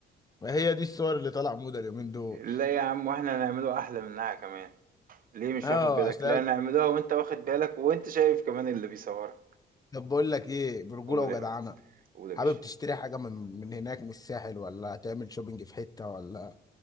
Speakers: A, on the left; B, on the right.
A: وهي دي الصور اللي طالعه موضه اليومين دول
B: لا يا عم واحنا هنعمله احلى منها كمان ليه مش
A: اه
B: واخد بالك؟
A: عشان
B: لا نعملوها وانت واخد بالك وانت شايف كمان اللي بيصورك
A: طب بقول لك ايه برجوله
B: قول
A: وجدعنه
B: يا ريس قول يا
A: حابب
B: باشا
A: تشتري حاجه من من هناك من الساحل ولا تعمل شوبينج في حته ولا